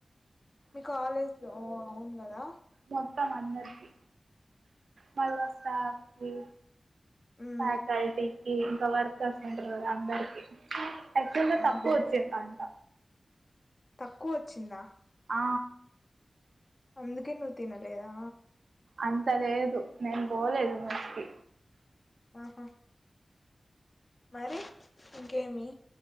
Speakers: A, on the left; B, on the right.
A: మీ కాలేజ్ ఓ అవును గాదా.
B: మొత్తం అందరికి, మళ్ళ స్టాఫ్ కి.
A: మ్మ్
B: ఫకల్టీకి ఇంకా వర్కర్స్ ఉంటారు కదా అందరికి. ఎక్కడ గా తక్కువ
A: ఆహా
B: వచ్చింద అంట.
A: తక్కువ వచ్చిందా.
B: ఆ
A: అందుకే నువ్వు తినలేదా.
B: అంత లేదు నేను పోలేదు మష్కి.
A: ఆహా, మరి ఇంకేమి‌.